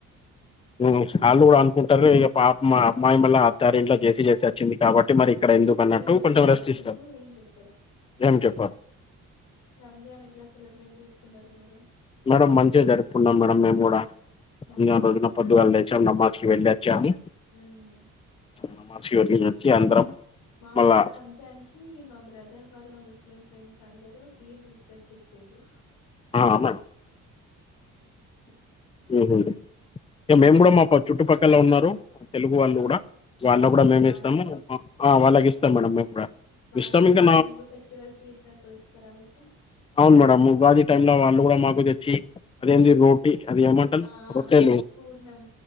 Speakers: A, on the left; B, on the left.
A: హుమ్ వాళ్లు కూడా అనుకుంటారు ఇక పాపము ఆ అమ్మాయి అత్తారింట్లో చేసి చేసి వచ్చింది కాబట్టి మరి ఇక్కడ ఎందుకు అన్నట్టు
B: ఏం చెప్పరు
A: కొంట రెస్టిస్తారు
B: అందుకు ఏం చెప్పరు
A: ఏం చెం బ
B: రంజాన్ ఎట్లా సెలబ్రేట్ చేసుకున్నారు మీరు
A: మేడం మంచిగా జరుపుకున్నాం మేడం మేము కూడా <unintelligible>
B: ఆ
A: పొద్దుగులాలెచం నమ్మజ్ వేలివచ్చాయని
B: హుమ్మ్
A: నమాజ్ కి వెళ్లొచ్చి అందరం
B: మాకు
A: మళ్ళా
B: కూడా రంజానికి మా బ్రదర్ వల్ల <unintelligible> ముస్లిం ఫ్రెండ్స్ అందరు కీర్ తీసుకొచ్చి ఇచ్చిండ్రు
A: ఆ మా
B: ఉమ్
A: ఉహు ఇంకా మేము కూడా మా చుట్టుపక్కల ఉన్నారు తెలుగు వాళ్ళు
B: ఆ
A: కూడా వాళ్ళ
B: ఇస్తారా
A: కూడా మేము
B: వాళ్ళకి
A: ఇస్తాము వాళ్ళకి ఇస్తాం మేడం మేము కూడా
B: వాళ్ళు
A: ఇస్తాము ఇంకా
B: తెలుగు ఫెస్టివల్స్ చేసినప్పుడు ఇస్తారా మీకు
A: అవును మేడం ఉగాది టై లో వాళ్ళు కూడా మాకు తెచ్చి అదేంది రోటీీ అది ఏమంటారు
B: ఆ ఆ
A: రొట్టెలు
B: పూర్ణం